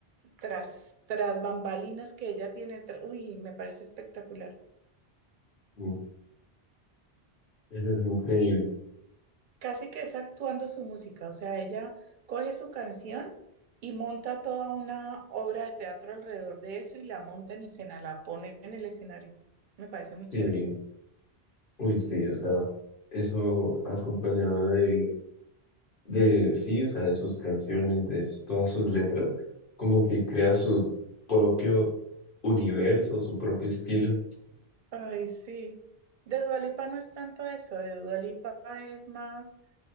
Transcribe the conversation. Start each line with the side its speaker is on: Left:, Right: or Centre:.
Right: tras, tras bambalinas que ella tiene. tra- Uy, me parece espectacular.
Left: Mm, Eso es increíble.
Right: Casi que es actuando su música, o sea, ella coge su canción y monta toda una obra de teatro alrededor de eso y la monta en escena, la pone en el escenario. Me parece muy chévere.
Left: Sí, uy, sí, o sea, eso acompañado de de sí, o sea, de sus canciones, de s- todas sus letras, como que crea su propio universo, su propio estilo.
Right: Ay, sí. De Dua Lipa no es tanto eso, de Dua Lipa es más